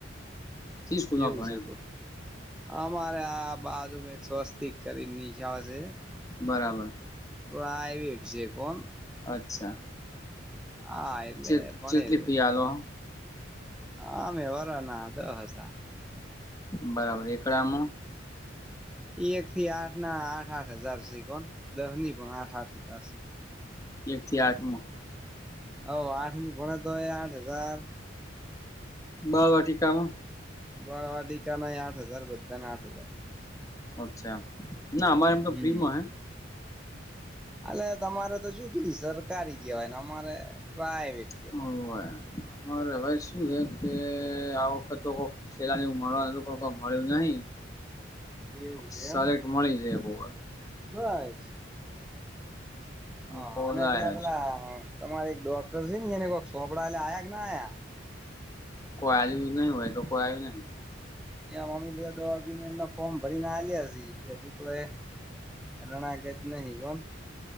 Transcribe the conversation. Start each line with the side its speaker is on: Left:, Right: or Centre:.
Left: શી સ્કૂલ માં
Centre: કેવું
Left: ભણે
Centre: છે કો અમારે આ બાજુમાં એક સ્વસ્તિક કરીને નીખ આવશે
Left: બરાબર
Centre: પ્રાઇવેટ છેેકો
Left: અચ્છા
Centre: હા એટલે
Left: ચેટ
Centre: ભણે
Left: ચેટલી
Centre: છે.
Left: ફી આલો
Centre: હ મે વરા ના દ. હ હતા
Left: બરાબર એકડ આમ
Centre: એક થી આઠ ના આઠ આઠ હજાર છે કોણ દહ ની પણ આઠ આઠ હજાર છે.
Left: એક થી આઠમાં
Centre: અ આઠ કોણ તોય આઠ હજાર
Left: બાળ વાટિકાામાં
Centre: વાળવા ટીકા ના આઠ હજાર બધાને આઠ હજાર.
Left: અચ્છા ના અમારે એમ તો
Centre: હમ
Left: ફ્રીમાં
Centre: અલે તમારે તો <inaudible> સરકારી કેવાય ને અમારે પ્રાઈવેટ કેવાય.
Left: હે ઓવે અમારે હવે શું હે કે આ વખત તોક ખેલાની મળવાનું હતું પણ કોઈ મળ્યું નહી.
Centre: એવું
Left: કોક
Centre: છે
Left: સારી
Centre: એમ
Left: મળી જાય બહુ.
Centre: બસ હ
Left: ફોર્સ
Centre: અને
Left: આયા
Centre: પેલા પેલા
Left: છે.
Centre: તમારે એક ડોક્ટર છે ને એને કોક છોપડા એલે આયા કે ના આયા?
Left: કો આલ્યું નહીં હોય તો કોઈ આયુ નહી.
Centre: ઈયા મમ્મી બધા ડોક્યુમેન્ટના ફોર્મ ભરીને આલ્યા છી એટલે હજુ કોય રણાકત નહી કોન